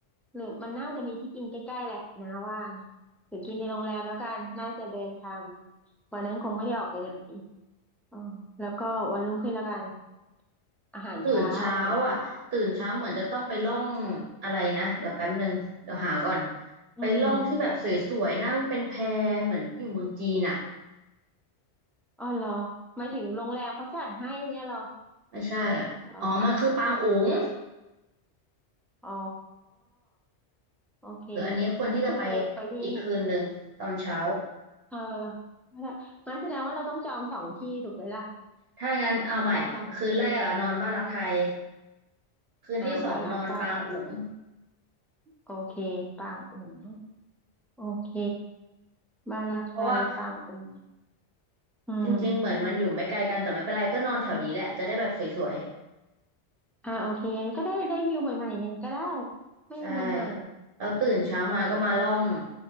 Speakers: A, in the centre; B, on the right.
A: หรือมันน่าจะมีที่กินใกล้ๆแหละนะว่านะหรือกินในโรงแรมแล้วกันน่าจะเดินทางมาวันนั้นคงไม่ได้ออกไปไหนอ๋อแล้วก็วันรุ่งขึ้นแล้วกันอาหารเช้าอาหารเช้า
B: ตื่นเช้าอ่ะตื่นเช้าเหมือนจะต้องไปล่องอะไรนะเดี๋ยวแป๊บหนึ่งเดี๋ยวหาก่อน
A: อืม
B: ไปล่องที่แบบสวยๆนั่งเป็นแพ
A: อืม
B: เหมือนอยู่เมืองจีนอ่ะ
A: อ๋อเหรอหมายถึงโรงแรมเขาจัดให้เนี่ยเหรอ
B: ไม่ใช่อ่ะอ๋อมันคือปางอุ๋ง
A: เหรออ๋อโอเค
B: นี่ควรที่จะไป
A: ก็คือไปไปที่
B: อีกคืนหนึ่งตอนเช้า
A: เออก็ได้งั้นแสดงว่าเราต้องจองสองที่ถูกไหมล่ะ
B: ถ้างั้นเอาใหม่คืนแรกอ่ะนอนบ้านรักไทย
A: จองสองที่
B: คืนที่สองนอนปางอุ๋ง
A: อ่าบ้านรักไทยโอเคปางอุ๋งโอเคบ้านรักไทยปางอุ๋ง
B: เพราะว่า
A: อืม
B: จริงๆเหมือนมันอยู่ไม่ไกลกันแต่ไม่เป็นไรก็นอนแถวนี้แหละจะได้แบบสวย
A: อ่าโอเคก็ได้ได้วิวใหม่ๆไงก็ได้
B: ๆใช่
A: ไม่มีปัญหา
B: แล้วตื่นเช้ามาก็มาล่อง
A: อ๋อ